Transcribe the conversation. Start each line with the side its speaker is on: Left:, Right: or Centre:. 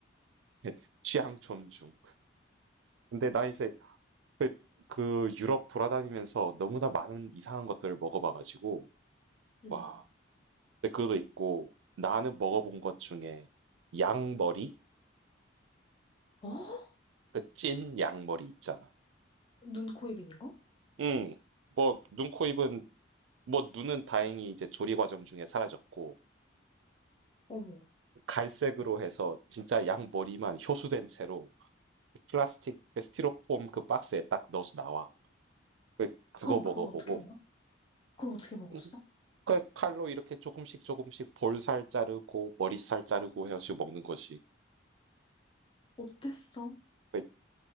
Right: 예, 취향 존중. 근데 나 이제 그, 그 유럽 돌아다니면서 너무나 많은 이상한 것들을 먹어봐가지고,
Left: 음.
Right: 와. 근데 그것도 있고, 나는 먹어본 것 중에 양머리?
Left: 어?
Right: 그 찐 양머리 있잖아.
Left: 눈, 코, 입 있는 거?
Right: 응. 뭐, 눈, 코, 입은, 뭐, 눈은 다행히 이제 조리 과정 중에 사라졌고,
Left: 어머.
Right: 갈색으로 해서 진짜 양머리만 효수된 채로 플라스틱, 그 스티로폼 그 박스에 딱 넣어서 나와. 그- 그거
Left: 그럼
Right: 먹어보고,
Left: 그걸 어떻게 먹어? 그걸 어떻게 먹었어?
Right: 음, 칼- 칼로 이렇게 조금씩 조금씩 볼살 자르고 머리살 자르고 해 가지고 먹는 거지.
Left: 어땠어?
Right: 그